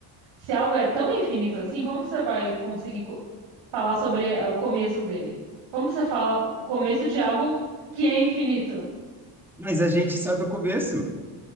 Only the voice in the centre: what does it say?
Mas a gente sabe o começo,